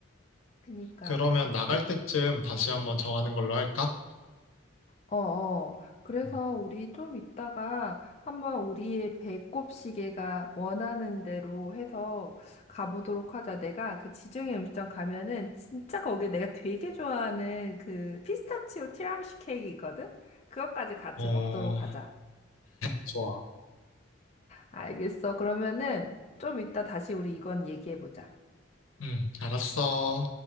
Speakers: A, on the left; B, on the left.
A: 그니까.
B: 그러면 나갈
A: 그렇
B: 때쯤 다시 한번 정하는 걸로 할까?
A: 어 어. 그래서
B: 음.
A: 우리 좀 이따가 한번 우리의 배꼽 시계가 원하는 대로 해서 가보도록 하자. 내가 그 지중해 음식점 가면은 진짜 거기에 내가 되게 좋아하는 그 피스타치오 티라미수 케이크 있거든? 그것까지 같이
B: 어,
A: 먹도록 하자.
B: 좋아.
A: 알겠어. 그러면은 좀 이따 다시 우리 이건 얘기해보자.
B: 응, 알았어.